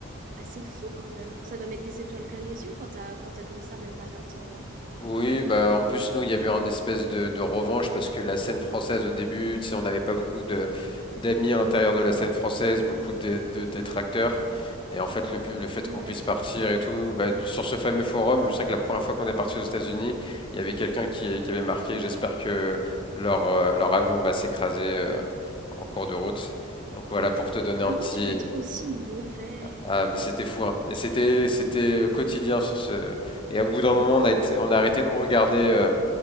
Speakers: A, on the right; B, on the left.
A: assez fou quand même. Ça doit mettre des étoiles plein les yeux quand t'as quand t'as comme ça même pas vingt ans, non?
B: Oui, bah en plus nous il y avait une espèce de, de revanche parce que la scène française au début, tu sais, on n'avait pas beaucoup de d'amis à l'intérieur de la scène française, beaucoup de, de détracteurs. Et en fait le, le fait
A: Ouais.
B: qu'on puisse partir et tout, bah, sur ce fameux forum, je sais que la première fois qu'on est parti aux États-Unis, il y avait quelqu'un qui, qui avait marqué, j'espère que leur euh, leur avion va s'écraser euh, en cours de route. Donc voilà pour te donner
A: Comment
B: un petit
A: tu peux être aussi mauvais?
B: ah, mais c'était fou, hein. Et c'était, c'était euh, quotidien sur ce. Et au bout d'un moment, on a été- on a arrêté de regarder euh,